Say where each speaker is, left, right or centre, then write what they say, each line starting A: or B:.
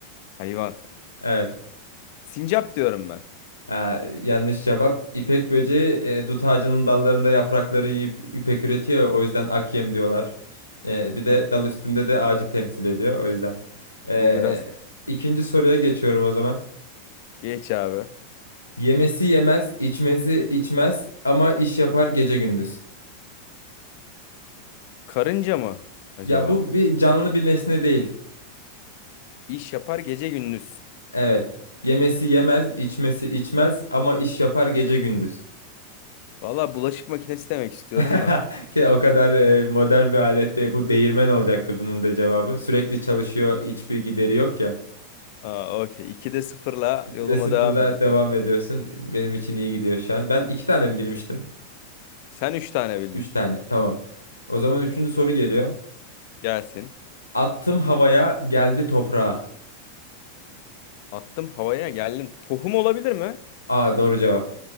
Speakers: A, on the left; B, on the left.
A: Hayvan.
B: Evet.
A: Sincap diyorum ben.
B: Ee, yanlış cevap. İpek böceği e, dut ağacının dallarında yaprakları yiyip ipek üretiyor. ya, O yüzden ak yem diyorlar. Ee,
A: Bu,
B: bir de dal üstünde de ağacı temsil ediyor. O yüzden. Ee,
A: bu biraz...
B: ikinci soruya geçiyorum o zaman.
A: Geç abi.
B: Yemesi yemez, içmesi içmez ama iş yapar gece gündüz.
A: Karınca mı acaba?
B: Ya bu bir canlı bir nesne değil.
A: İş yapar gece gündüz.
B: Evet. Yemesi yemez, içmesi içmez ama iş yapar gece gündüz.
A: Valla bulaşık makinesi demek istiyorum
B: <laughs>
A: da.
B: Ki o kadar e, modern bir alette bu değirmen olacaktı bunun da cevabı. Sürekli çalışıyor, hiçbir gideri yok ya.
A: Aa, okey. 2'de sıfırla
B: 2'de
A: yoluma
B: sıfırla
A: devam ediyorum.
B: devam ediyorsun. Benim için iyi gidiyor şu an. Ben iki tane mi bilmiştim?
A: Sen 3 tane bildin.
B: Üç tane. Tamam. O zaman üçüncü soru geliyor.
A: Gelsin.
B: Attım havaya, geldi toprağa.
A: Attım havaya geldim. Tohum olabilir mi?
B: Aa doğru cevap.